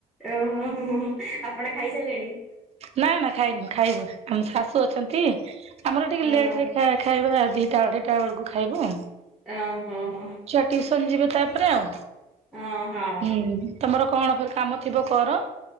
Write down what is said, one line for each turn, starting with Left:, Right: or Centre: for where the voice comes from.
Centre: ଓ ହ ଆପଣ ଖାଇ ସାରିଲେଣି।
Right: ନା ନା ଖାଇନୁ ଖାଇବୁ ଆମ ଶାଶୁ ଅଛନ୍ତି ଆମର
Centre: ଓହୋ
Right: ଟିକେ ଲେଟରେ ଖା ଖାଇବା ଦିଇଟା ଅଢ଼େଇଟା ବେଳକୁ ଖାଇବ।
Centre: ଅ ହ ହଁ।
Right: ଛୁଆ ଟିଉସନ ଯିବେ ତାପରେ ଆଉ
Centre: ଓହୋ
Right: ହୁଁ। ତମର କଣ ଫେରେ କାମ ଥିବ କର।